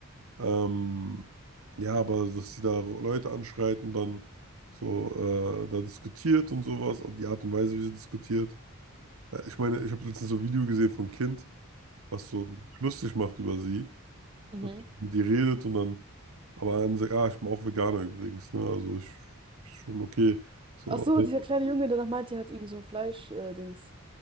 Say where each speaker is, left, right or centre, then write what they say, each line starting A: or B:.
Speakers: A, on the right (about 75°); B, on the right (about 25°).
A: Ähm, ja, aber dass sie da Leute anschreit und dann so äh, da diskutiert und sowas, und die Art und Weise, wie sie diskutiert. Äh, ich meine, ich habe letztens so ein Video gesehen von einem Kind, was so lustig macht über sie.
B: Mhm.
A: Natürlich Mit ihr redet und dann, aber dann sagt, ah, ich bin auch Veganer übrigens, ne? Also ich, ist schon okay. So,
B: Ach so, dieser kleine Junge, der noch meinte, er hat irgend so ein Fleisch-Dings. Äh, Dings.